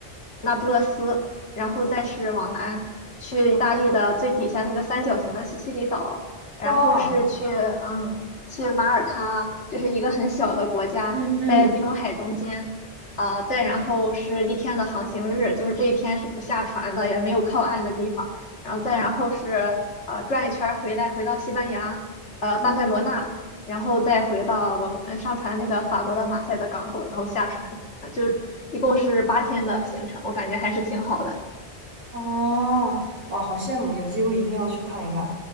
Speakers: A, on the left; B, on the right.
A: 那不勒斯，然后再是往南去意大利的最底下那个三角形的西西里岛，然后是去嗯去马耳他，
B: 哇，
A: 就是一个很小的国家，
B: 嗯嗯
A: 在地中海中间。呃，再然后是一天的航行日，就是这一天是不下船的，也没有靠岸的地方。然后再然后是呃转一圈儿回来，回到西班牙，呃巴塞罗那，
B: 嗯。
A: 然后再回到我们上船那个法国的马赛的港口，然后下船，呃就一共是八天的行程，我感觉还是挺好的。
B: 啊，哇，好羡慕！有机会一定要去看一看，